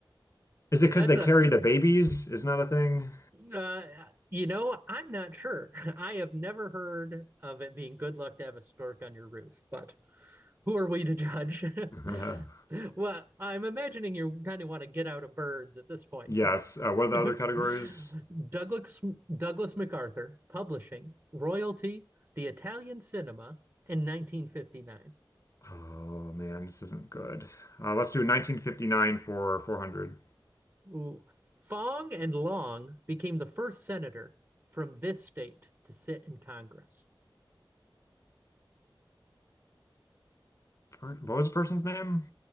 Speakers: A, on the left; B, on the right.
A: is
B: That's
A: it because they
B: a,
A: carry the babies? Isn't that a thing?
B: uh, you know, I'm not sure. <laughs> I have never heard of it being good luck to have a stork on your roof, but who are we to judge?
A: <laughs>
B: <laughs> well, I'm imagining you kind of want to get out of birds at this point.
A: Yes.
B: <laughs>
A: Uh, what are the other categories?
B: Douglas Douglas MacArthur, publishing, royalty, the Italian cinema in 1959.
A: Oh man, this isn't good. Uh, let's do 1959 for 400.
B: Ooh. Fong and Long became the first senator from this state to sit in Congress.
A: Per- What was the person's name?